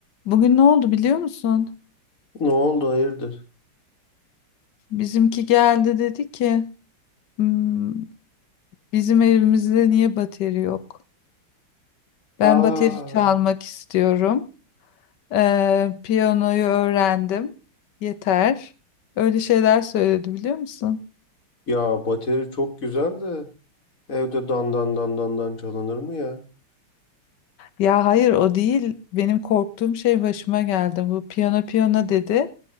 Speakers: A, on the left; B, on the left.
A: Bugün ne oldu biliyor musun?
B: Ne oldu hayırdır?
A: Bizimki geldi dedi ki "Hmm, bizim evimizde niye bateri yok? Ben
B: Aa,
A: bateri çalmak istiyorum. Ee, piyanoyu öğrendim. Yeter. Öyle şeyler söyledi biliyor musun?
B: ya bateri çok güzel de evde dan dan dan dan dan çalınır mı ya?
A: Ya hayır o değil. Benim korktuğum şey başıma geldi. Bu piyano piyano dedi.